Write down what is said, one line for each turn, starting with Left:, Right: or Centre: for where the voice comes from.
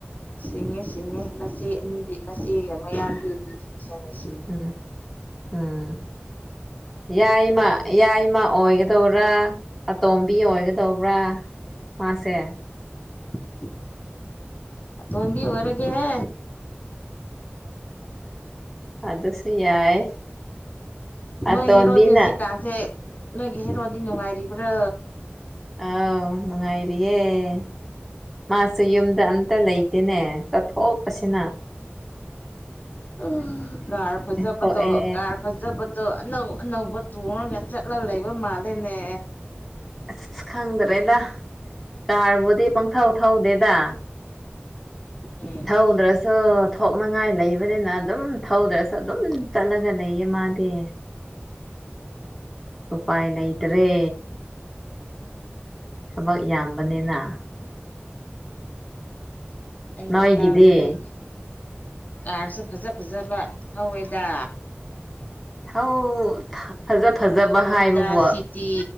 Left: ꯁꯤꯡꯉꯦ ꯁꯤꯡꯉꯦ ꯃꯆꯦ ꯑꯅꯤꯗꯤ ꯃꯆꯦꯒ ꯃꯌꯥꯝꯗꯤꯗꯤꯉꯦ ꯁꯤꯡꯉꯦ
Centre: ꯎꯝ ꯎꯝ ꯌꯥꯏꯃ ꯌꯥꯏꯃ ꯑꯣꯏꯒꯗꯧꯔꯥ ꯑꯇꯣꯝꯕꯤ ꯑꯣꯏꯒꯗꯧꯕ꯭ꯔꯥ ꯃꯥꯁꯦ
Left: ꯎ ꯇꯝꯕꯤ ꯍꯔꯒ ꯍꯦ
Centre: ꯑꯗꯁꯨ ꯌꯥꯏ
Left: ꯅꯣꯏꯣꯏ
Centre: ꯑꯇꯣꯝꯕꯤꯅ
Left: ꯍꯦꯔꯣꯗ ꯍꯧꯁꯤ ꯀꯥꯥꯁꯦ ꯅꯣꯏꯒꯤ ꯍꯦꯔꯣꯗꯤ ꯅꯨꯡꯉꯥꯏꯔꯤꯕ꯭ꯔꯥ
Centre: ꯑꯥꯎ ꯅꯨꯡꯉꯥꯏꯔꯤꯌꯦꯦ ꯃꯥꯁꯨ ꯌꯨꯝꯗ ꯑꯝꯇ ꯂꯩꯇꯦꯅꯦ ꯆꯠꯊꯣꯛꯄ ꯑꯁꯤꯅ
Left: ꯎ ꯀꯥꯔ ꯐꯖꯕꯗꯣ
Centre: ꯊꯣꯛꯑꯦ
Left: ꯀꯥꯔ ꯐꯖ ꯐꯖꯕꯗꯣ ꯑꯅꯧ ꯑꯅꯧꯕ ꯇꯣꯡꯉꯒ ꯆꯠꯂ ꯂꯩꯕ ꯃꯥꯜꯂꯦꯅꯦ
Centre: ꯑꯁꯁ ꯈꯪꯗ꯭ꯔꯦꯗ ꯀꯥꯔꯕꯨꯗꯤ ꯄꯪꯊꯧ ꯊꯧꯗꯦꯗ
Left: ꯎꯝ
Centre: ꯊꯧꯗ꯭ꯔꯁꯨ ꯊꯣꯛꯅꯤꯡꯉꯥꯏ ꯂꯩꯕꯅꯤꯅ ꯑꯗꯨꯝ ꯊꯧꯗ꯭ꯔꯁꯨ ꯑꯗꯨꯝ ꯆꯠꯂꯒ ꯂꯩꯌꯦ ꯃꯥꯗꯤ ꯎꯄꯥꯏ ꯂꯩꯇ꯭ꯔꯦ ꯊꯕꯛ ꯌꯥꯝꯕꯅꯤꯅ
Left: ꯑꯩꯅ
Centre: ꯅꯣꯏꯒꯤꯗꯤ
Left: ꯇꯥꯕꯗꯤ ꯀꯥꯔꯁꯨ ꯐꯖ ꯐꯖꯕ ꯊꯧꯋꯦꯗ
Centre: ꯍꯥꯎ ꯐꯖ ꯐꯖꯕ
Left: ꯍꯣꯟꯗꯥ
Centre: ꯍꯥꯏꯕꯕꯨ ꯑꯦ
Left: ꯁꯤꯇꯤ